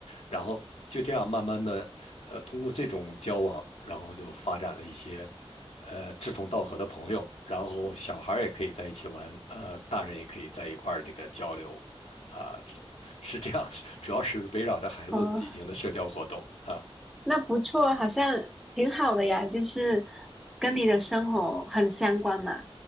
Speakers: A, on the left; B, in the centre.
A: 然后就这样慢慢的，呃，通过这种交往，然后就发展了一些，呃，志同道合的朋友，然后小孩儿也可以在一起玩，呃，大人也可以在一块儿这个交流，啊，是这样，主要是围绕着孩子进行的社交活动啊。
B: 哦，那不错，好像挺好的呀，就是跟你的生活很相关嘛，